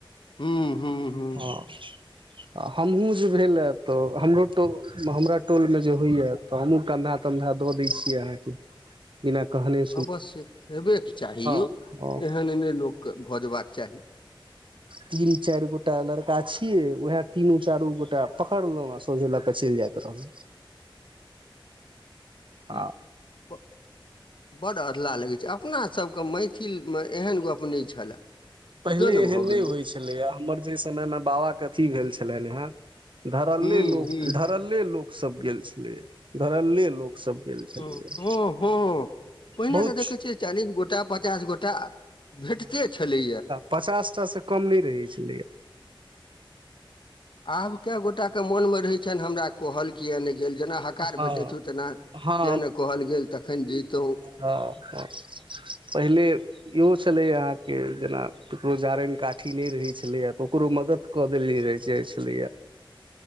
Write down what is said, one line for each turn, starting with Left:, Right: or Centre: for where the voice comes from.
Left: हू-हू-हू
Right: आ हमहहुँ जे भेल ह तऽ हमरोटो हमरा टोल में जे होइए। तऽ हमहुँ कन्धा तन्धा दऽ दै छियै अहाँके। बिना कहनेे।
Left: अवश्य हेबेके चाही यौ
Right: हँ
Left: एहन ए नहि लोक के भजबाक चाही।
Right: तीन चारि गोटा लड़का छियै उएह तीनू चारू गोटा पकड़लहुँ आ सोझे लऽ क चलि जाइत रहलहुँ। आ
Left: ह प बड्ड अललाह लगै छै अपनासभ के मैथिलमे एहन गप्प नहि छलए। किदन
Right: पहिले एहन
Left: भऽ
Right: नहि
Left: गेलै
Right: होइत छलैए हमर जेहि समय मे बाबाके अथी भेल छलनि हे। धरल्ले
Left: हूँ
Right: लोक
Left: हूँ
Right: धरल्ले लोक सब गेल छले धरल्ले लोक सब गेल। छलैए
Left: हो-हो-हो पहिने
Right: बहुत
Left: तऽ देखै छियै चालीस गोटा पचास गोटा अ। भेटते छलैया।
Right: पचासटासँ कम नहि रहै छलैय।
Left: आब केए गोटा के मोन मे रहे छनि हमरा कहल किया ने गेल। जेना हकार
Right: हँ
Left: भेटे छौ तेना किया
Right: हँ
Left: ने कहल गेल तखैन जैतौ। <unintelligible>
Right: हँ-हँ <unintelligible> पहिले। इहो छलैए अहाँ के जेना ककरो जारनि काठी नहि रहे छलैया त ओकरो मदद। कदेली रहै छै छलैया।